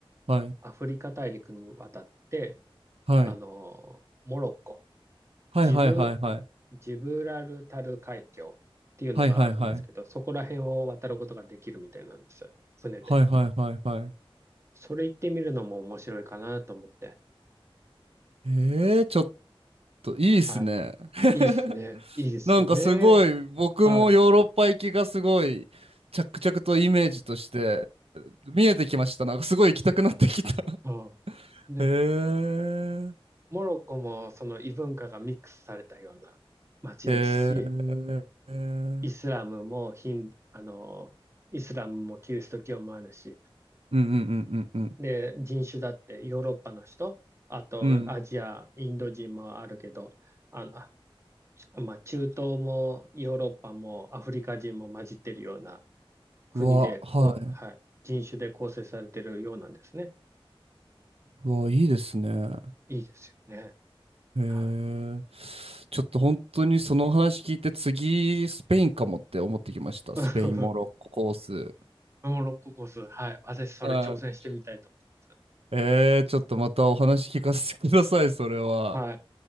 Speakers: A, on the right (about 90°); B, on the right (about 30°).
A: はい。
B: アフリカ大陸に渡って、
A: はい。
B: あの、モロッコ。
A: はいはいはいはい。
B: ジブ、ジブラルタル海峡っていうのがあるんですけど、
A: はいはいはい。
B: そこら辺を渡ることができるみたいなんです。船で。
A: はいはいはいはい。
B: それ行ってみるのも面白いかなと思って。
A: ええ、ちょっといいっすね。
B: は
A: <laughs>
B: い。いいっすね。いいですよね。
A: なんかすごい、僕もヨーロッパ行きがすごい、
B: はい。
A: 着々とイメージとして見えてきました。なんかすごい行きたくなってきた。
B: そう。ね。
A: へえ、
B: モロッコもその異文化がミックスされたような街ですし、
A: へえ、うん
B: イスラムもヒン、あの、イスラムもキリスト教もあるし、
A: うんうんうんうん。
B: で、人種だってヨーロッパの人、あとアジア、
A: うん。
B: インド人もあるけど、あの、ちまあ、中東もヨーロッパもアフリカ人も混じってるような国で、
A: うわ、はい。
B: こう、はい、人種で構成されてるようなんですね。
A: うわ、いいですね。
B: いいですよね。
A: へえ。
B: はい。
A: ちょっと本当にその話聞いて次、スペインかもって思ってきました。
B: <laughs>
A: スペイン、モロッココース。
B: モロッココース、はい。私それ挑戦してみたいと思います。
A: はい。えー、ちょっとまたお話聞かせてください、それは。
B: はい。